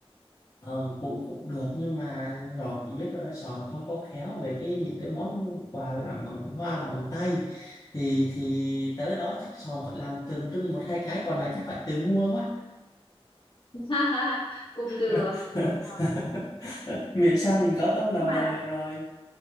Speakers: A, on the left (about 35°); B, on the left (about 55°).
A: Ờ, cũng cũng được nhưng mà Ngọc cũng biết rồi đó, Sòn không có khéo về cái những cái món quà làm bằng hoa làm bằng tay thì thì tới đó chắc Sòn phải làm tượng trưng một hai cái còn lại chắc phải tự mua quá
B: <laughs> cũng được
A: <laughs>
B: Ờ,
A: miễn sao mình có tấm lòng
B: nhưng mà
A: là được rồi